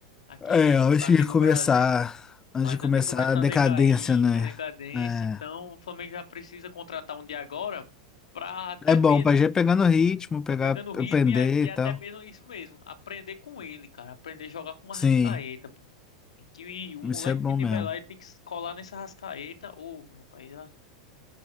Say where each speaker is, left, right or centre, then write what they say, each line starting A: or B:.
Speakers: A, on the left; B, on the left.
A: Aqui
B: É,
A: no
B: antes
A: aqui
B: de
A: no
B: começar,
A: Brasil.
B: antes
A: Mas
B: de começar
A: antes de começar
B: a decadência,
A: a decair,
B: né?
A: a decadência,
B: É,
A: então o Flamengo já precisa contratar um de agora para até
B: é
A: mesmo
B: bom pra já ir pegando o ritmo, pegar,
A: pra pegando o ritmo
B: aprender
A: e, a- e
B: e
A: até
B: tal.
A: mesmo isso mesmo, aprender com ele, cara, aprender a jogar com uma
B: Sim,
A: Arrascaeta, pô. Tem que ir, o moleque
B: isso é bom
A: que tiver
B: mesmo.
A: lá, ele tem que colar nessa Arrascaeta, ô, meu rapaz,